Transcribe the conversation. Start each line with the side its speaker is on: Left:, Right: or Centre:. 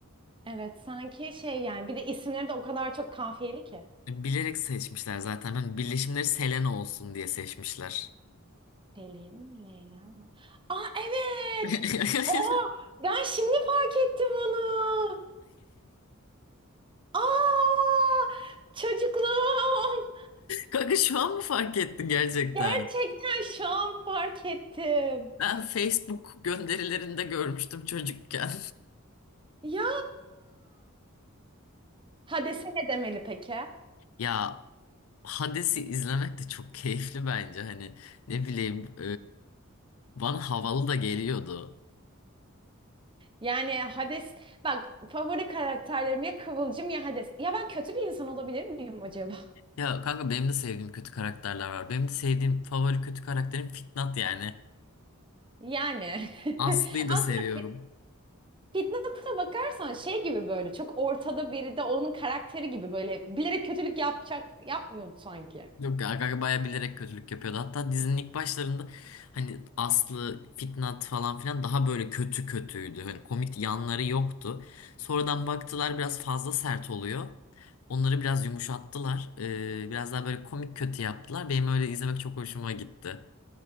Right: Evet sanki şey yani bir de isimleri de o kadar çok kafiyeli ki.
Left: Bilerek seçmişler zaten. Hani birleşimleri Selena olsun diye seçmişler.
Right: Selin, Leyla. Aa evet.
Left: <laughs>
Right: Oha ben şimdi fark ettim onu. Aa çocukluğum.
Left: Kanka şu an mı fark ettin gerçekten?
Right: Gerçekten şu an fark ettim.
Left: Ben Facebook gönderilerinde görmüştüm çocukken.
Right: Ya Hades'e ne demeli peki?
Left: Ya Hades'i izlemek de çok keyifli bence. Hani ne bileyim e, bana havalı da geliyordu.
Right: Yani Hades bak favori karakterlerim ya Kıvılcım ya Hades. Ya ben kötü bir insan olabilir miyim acaba?
Left: Ya kanka benim de sevdiğim kötü karakterler var. Benim de sevdiğim favori kötü karakterim Fitnat yani.
Right: Yani <laughs>
Left: Aslı'yı da seviyorum.
Right: aslında Fitnat'a bakarsan şey gibi böyle çok ortada biri de onun karakteri gibi böyle hep bilerek kötülük yapacak yapmıyordu sanki.
Left: Yok Gaga bayağı bilerek kötülük yapıyordu. Hatta dizinin ilk başlarında hani Aslı, Fitnat falan filan daha böyle kötü kötüydü. Hani komik yanları yoktu. Sonradan baktılar biraz fazla sert oluyor. Onları biraz yumuşattılar. Ee, biraz daha böyle komik kötü yaptılar. Benim öyle izlemek çok hoşuma gitti.